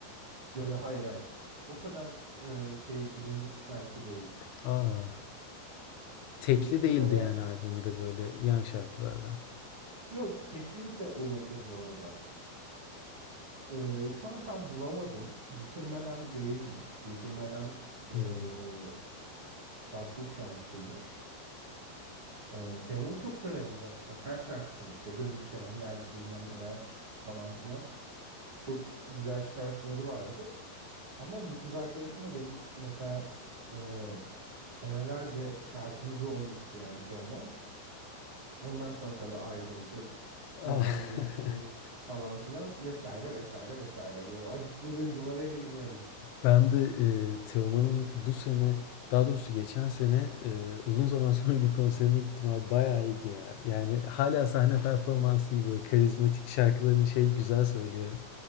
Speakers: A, on the right; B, on the left.
A: Yo, yo hayır hayır. O kadar e, şey bilindik bir şarkı değil.
B: <laughs> Aa.
A: Aa,
B: Tekli
A: Getirmeden...
B: değildi yani albümde böyle yan şarkılardan.
A: Yo tekli de olabilir bu arada. Ee, şu an tam bulamadım. Getirmeden değilmiş. Getirmeden e,
B: Hmm.
A: farklı bir şarkıymış. Ee, Teoman'ı çok severim zaten. Her şarkısını işte Gönül Çelenler bilmem neler falan filan. Çok güzel şarkıları vardır. Ama bir kız arkadaşım da benim mesela e, senelerce şarkımız olmuştu yani Teoman. Ondan sonra tabii ayrıldık. Zaman
B: Ah,
A: geçti
B: <laughs>
A: falan filan vesaire vesaire vesaire. Böyle acıklı duygulara girmeyelim.
B: Ben de e, Teoman'ın bu sene daha doğrusu geçen sene e, uzun zaman sonra bir konserine gittim abi bayağı iyiydi ya. Yani hala sahne performansı iyi böyle karizmatik şarkılarını şey güzel söylüyor.